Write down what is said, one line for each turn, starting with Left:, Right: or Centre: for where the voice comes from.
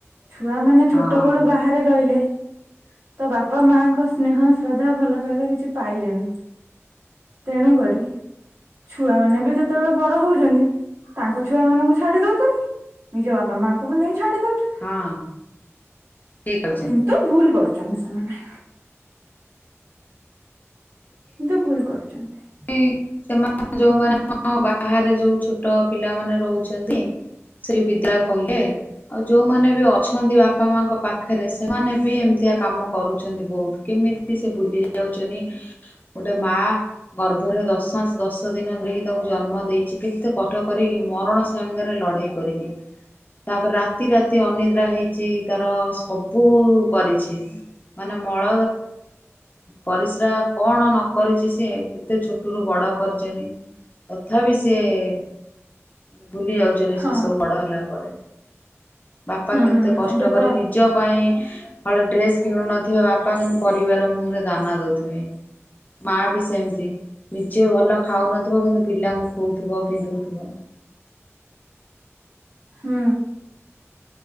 Right: ଛୁଆମାନେ
Left: ହଁ
Right: ଛୋଟ ବେଳୁ ବାହାରେ ରହିଲେ। ତ ବାପା ମାଆଙ୍କ। ସ୍ନେହ ଶ୍ରଦ୍ଧା ଭଲ ପାଇବା କିଛି ପାଇଲେନି ତେଣୁ କରି। ଛୁଆମାନେ ବି ଯେତେବେଳେ ବଡ ହଉଛନ୍ତି ତାଙ୍କ ଛୁଆ ମାନଙ୍କୁ ଛାଡି ଦଉଛନ୍ତି। ନିଜ ବାପା ମାଆଙ୍କୁ ବି ନେଇ ଛାଡ଼ି ଦଉଛନ୍ତି।
Left: ହଁ ଠିକ କହିଛନ୍ତି
Right: କିନ୍ତୁ ଭୁଲ କରୁଛନ୍ତି ସେମାନେ। କିନ୍ତୁ ଭୁଲ କରୁଛନ୍ତି।
Left: କି ସେମାନେ ଯୋଉମାନେ ବାହାରେ ଯୋଉ ଛୋଟ ପିଲାମାନେ ରହୁଛ ଛନ୍ତି ସେଇ ବିଦ୍ୟା କହିଲେ। ଆଉ ଯୋଉମାନେ ବି ଅଛନ୍ତି ବାପା ମାଙ୍କ ପାଖରେ ସେମାନେ ବି ଏମିତିଆ କାମ କରୁଛନ୍ତି ବହୁତ କେମିତି। ସେ ଭୁଲି ଯାଉଛନ୍ତି ଗୋଟେ ମା। ଗର୍ଭରେ ଦଶ ମାଶ ଦିନ ଦିନ ଧରିକି ତାକୁ ଜନ୍ମ ଦେଇଛି କେତେ କ ଷ୍ଟ କରି କି ମରଣ ସାଙ୍ଗରେ ଲଢେଇ କରିକି। ତାପରେ ରାତି ରାତି ଅନିଦ୍ରା ହେଇଛି ତାର ସବୁ କରିଛି। ମାନେ ମଳ ପରିସ୍ରା କଣ ନ କରିଛି ସେ। ଏତେ ଛୋଟରୁୁ ବଡ କରିଚନ୍ତି, ତଥାପି ସେଏ-ଏ ମାନେ ଭୁଲି ଯାଉ ଛନ୍ତି
Right: ହଁ
Left: ସେସବୁ ବଡ ହେଲା ପରେ, ବାପା
Right: ହୁଁ
Left: କେତେ କଷ୍ଟ
Right: ଏବେ ତ
Left: କରି ନି ନିଜ ପାଇଁ ହଳେ ଡ୍ରେସ୍ କିଣୁ ନଥିବେ ବାପା, କିନ୍ତୁ ପରିବାର ମୁହଁରେ ଦାନା ଦଉଥିବେ। ମା ବି ସେମିତି ନିଜେ ଭଲ ଖାଉନଥିବ କିନ୍ତୁ ପିଲାଙ୍କୁ ଖୋଉଥିବ ପିନ୍ଧଉଥିବ।
Right: ହୁଁ।